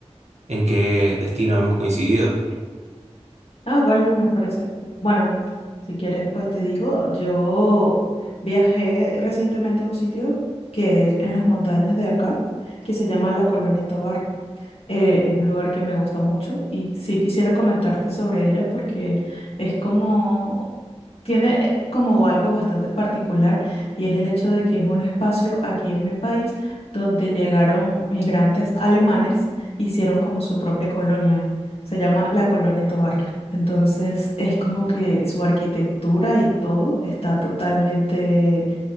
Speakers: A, on the right; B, on the left.
A: en qué destino hemos coincidido.
B: Ah, vale, me parece. Bueno, si quieres, pues te digo, yo viajé recientemente a un sitio que es en las montañas de acá, que se llama la Colonia Tovar. Eh, es un lugar que me gusta mucho y sí quisiera comentarte sobre ella porque es como, tiene eh, como algo bastante particular y es el hecho de que es un espacio aquí en mi país donde llegaron migrantes alemanes, hicieron como su propia colonia, se llama la Colonia Tovar. Entonces es como que su arquitectura y todo está totalmente